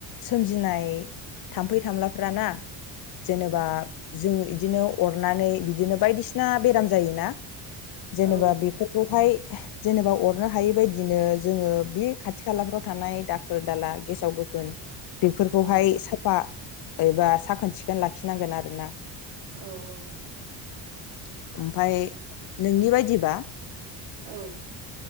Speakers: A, on the left; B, on the right.
A: सोमजिनाय थाम्फै
B: उम
A: थामलाफ्राना जेनेबा
B: उम
A: जो इदिनो अरनानै बिदि बिदिनो बायदि सिना बेराम जायोना जेनेबा
B: औ
A: बेफोरखौहाय जेनेबा अरनो हायि बायदिनो जोङो बे खाथि खालाफ्राव थानाय दाखोर, दाला, गेसाव, गोफोन बेफोरखौहाय
B: औ
A: साफा एबा साखोन सिखोन लाखिनांगोन आरोना।
B: औ औ।
A: <inaudible> ओमफ्राय
B: उम
A: नोंनि बायदि बा
B: औ।